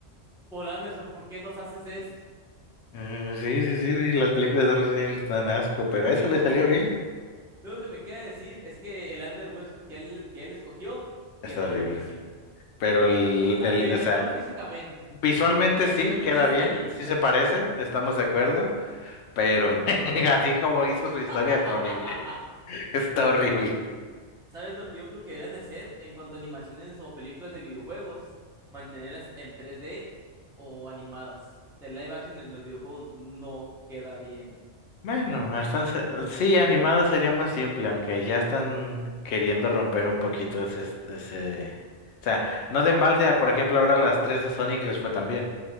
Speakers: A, in the centre; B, on the left.
A: Paul Anderson, ¿por qué nos haces esto?
B: Mm, sí, sí, sí, sí, las películas de Resident Evil dan asco, pero
A: Lo
B: eso
A: único,
B: le salió bien.
A: lo único <laughs> que me queda decir es que el Albert Wesker que él, que él escogió
B: Está
A: quedó
B: horrible.
A: buenísimo.
B: Pero el,
A: A
B: el,
A: mí,
B: o
A: al
B: sea,
A: menos físicamente.
B: visualmente sí,
A: Visualmente
B: queda
A: está
B: bien,
A: bien.
B: sí se parece, estamos de acuerdo, pero <laughs> así como hizo su
A: <laughs>
B: historia, está horrible. <laughs> Está horrible.
A: ¿Sabes lo que yo creo que deben de ser en cuanto a animaciones o películas de videojuegos? Mantenerlas en 3D o animadas. El live action en los videojuegos no queda bien,
B: Bueno, hasta, sí, animada sería más simple, aunque ya están queriendo romper un poquito ese, ese... O sea, no de embalde, a, por ejemplo, ahora las tres de Sonic les fue tan bien.